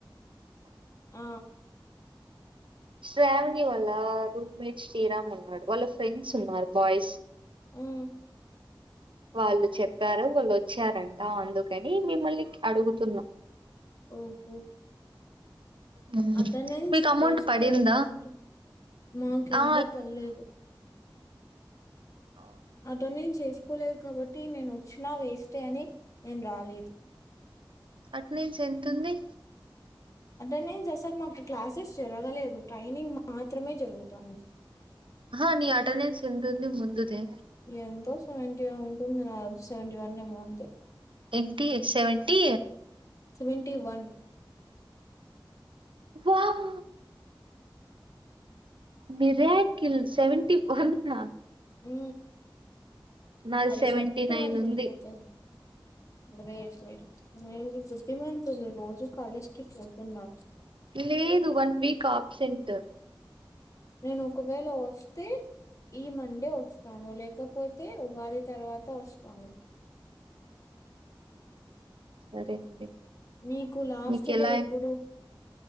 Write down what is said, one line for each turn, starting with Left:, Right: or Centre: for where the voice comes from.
Left: ఆ
Right: శ్రావణి వాళ్ళ రూమ్మేట్ శ్రీరామ్ ఉన్నాడు, వాళ్ళ ఫ్రెండ్స్ ఉన్నారు బాయ్స్.
Left: ఉమ్
Right: వాళ్ళు చెప్పారు. వాళ్ళు వచ్చారంట అందుకని మిమ్మల్ని అడుగుతున్నా
Left: ఓహో
Right: మ్మ్
Left: అటెండెన్స్
Right: మీకు అమౌంట్
Left: ఏసుకోలేదంట
Right: పడిందా
Left: మాకింక
Right: ఆ
Left: పల్లేదు
Right: అ
Left: అటెండెన్స్ ఏసుకోలేదు, కాబట్టి నేను వచ్చినా వేస్టే అని నేన్ రాలేద్.
Right: అటు నుంచి ఎంతుంది
Left: అటెండెన్స్ అసల్ మాకు క్లాసెస్ జరగలేదు, ట్రైనింగ్ మాత్రమే జరుగుతాంది.
Right: హా నీ అటెండెన్స్ ఎంతుంది ముందుది
Left: ఎంతో సెవెంటీ ఉంటుంది నా సెవెంటీ వన్ మంత
Right: ఏంటి సెవెంటీ
Left: సెవెంటి వన్
Right: వా..... వ్ మిరాకిల్ సెవెంటీ వన్ ఆ....
Left: హూ
Right: నాది
Left: అది
Right: సెవెంటీ
Left: ఫట్టుమన్
Right: నైన్
Left: కొడ్
Right: ఉంది
Left: పోతది గ్రేట్ మీరు, మీరూ బుద్ధిమంతులు రోజు కాలేజ్కి పోతున్నా
Right: లేదు వన్ వీక్ ఆప్సెంట్
Left: నేను ఒకవేళ వస్తే ఈ మండే వస్తాను లేకపోతే ఉగాది తర్వాత వస్తాను
Right: సరే అండి
Left: మీకు లాస్ట్
Right: మీకు ఎలా
Left: డే ఎప్పుడు